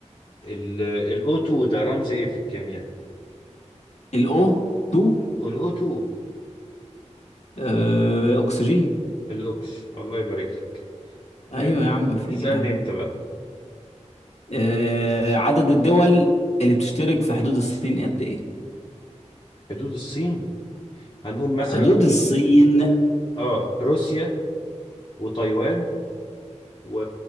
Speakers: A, on the left (about 40°); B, on the left (about 60°).
A: الاو 2 ده رمز ايه في الكيمياء
B: الاو 2
A: الاو 2
B: أه اكسجين
A: الاوكس الله يبارك لك
B: ايوه
A: آه،
B: يا عم في
A: اسالني
B: ايه يا عم
A: انت بقى
B: آه، عدد الدول اللي بتشترك في حدود الصين قد ايه؟
A: حدود الصين هنقول مثلا
B: حدود الصين
A: اه روسيا وتايوان و...